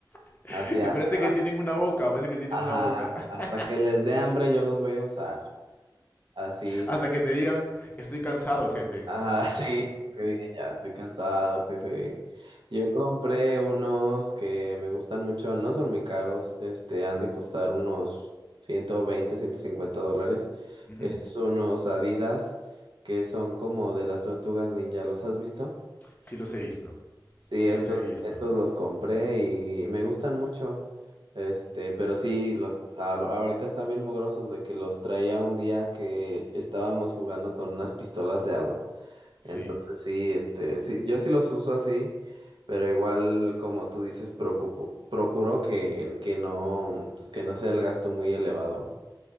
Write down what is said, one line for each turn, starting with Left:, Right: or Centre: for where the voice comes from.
Left: <laughs>
Right: Así hasta,
Left: Y parece que tienen una boca, parece que tienen
Right: ajá,
Left: una boca. <laughs>
Right: hasta que les dé hambre yo los voy a usar. Así,
Left: Hasta que te digan, estoy cansado, jefe.
Right: ajá, <laughs> sí, que digan, ya estoy cansado, jefe. Yo compré unos que me gustan mucho, no son muy caros, este, han de costar unos ciento veinte, ciento cincuenta dólares.
Left: Ujú,
Right: Es unos Adidas que son como de las tortugas ninja, ¿los has visto?
Left: Sí los he visto.
Right: Sí,
Left: Sí
Right: estos,
Left: los he visto.
Right: esos los compré y me gustan mucho. Este, pero sí, los a- ahorita están bien mugrosos de que los traía un día que estábamos jugando con unas pistolas de agua.
Left: Sí,
Right: Entonces sí, este, sí, yo sí los uso así, pero igual como tú dices, preocupo- procuro que, que no, pues que no sea el gasto muy elevado.